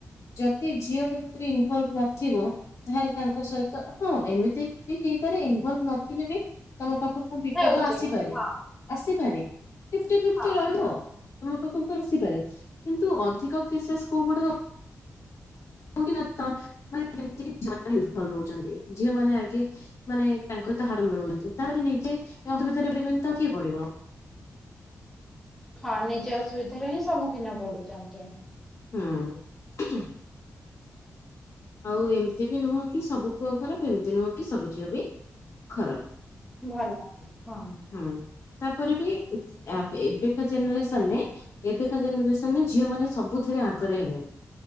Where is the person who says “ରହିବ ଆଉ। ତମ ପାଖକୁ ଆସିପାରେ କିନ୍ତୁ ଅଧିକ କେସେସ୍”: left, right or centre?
Left